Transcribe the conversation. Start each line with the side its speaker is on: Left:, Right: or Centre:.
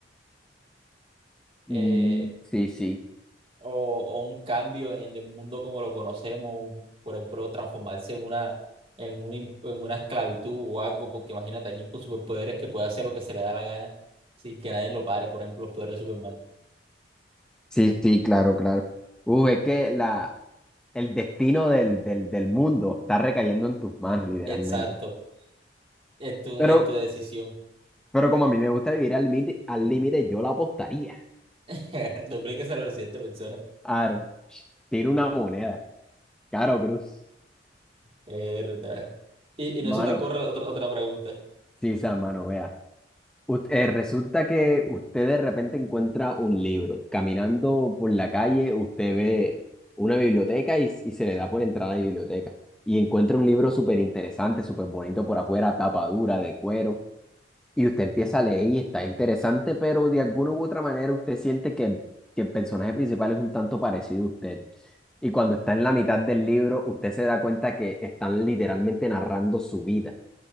Right: Eh,
Centre: Mm, sí, sí.
Right: o, o un cambio en el mundo como lo conocemos, un- por ejemplo, transformarse en una, en un, in- en una esclavitud o algo, porque imagínate alguien con superpoderes que puede hacer lo que se le da la gana sin que nadie lo pare, por ejemplo, los poderes de Superman.
Centre: Sí, sí, claro, claro. Uf, es que la, el destino del, del, del mundo está recayendo en tus manos, literalmente.
Right: Exacto, en tu,
Centre: Pero
Right: en tu decisión.
Centre: Pero como a mí me gusta vivir al límite, al límite, yo la apostaría.
Right: <laughs> Duplíquese a la siguiente persona.
Centre: Aro, tiro una moneda. Caro Cruz.
Right: Es verdad. Y, y no
Centre: Mano,
Right: se te ocurre otra, otra pregunta.
Centre: sí, San, mano, vea. Ut- eh, resulta que usted de repente encuentra un libro. Caminando por la calle, usted ve una biblioteca y, y se le da por entrar a la biblioteca. Y encuentra un libro súper interesante, súper bonito por afuera, tapa dura, de cuero. Y usted empieza a leer y está interesante, pero de alguna u otra manera usted siente que, que el personaje principal es un tanto parecido a usted. Y cuando está en la mitad del libro, usted se da cuenta que están literalmente narrando su vida,